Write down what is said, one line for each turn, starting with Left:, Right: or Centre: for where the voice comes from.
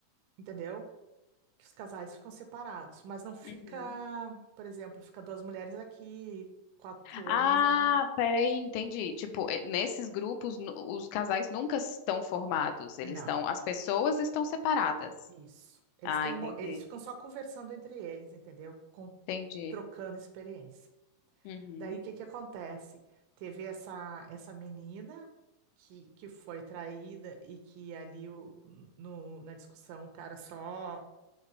Right: entendeu? Que os casais ficam separados, mas não fica,
Left: Uhum.
Right: por exemplo, fica duas mulheres aqui, quatro homens
Left: Ah,
Right: lá.
Left: peraí, entendi. Tipo, eh, nesses grupos, nu- os casais nunca estão formados,
Right: Não,
Left: eles estão, as pessoas estão separadas.
Right: isso. Eles
Left: Ah,
Right: têm
Left: entendi,
Right: uma, eles ficam só conversando entre eles, entendeu? Com-
Left: entendi.
Right: trocando experiência.
Left: Uhum.
Right: Daí o que que acontece? Teve essa essa menina que, que foi traída e que ali o, no, na discussão o cara só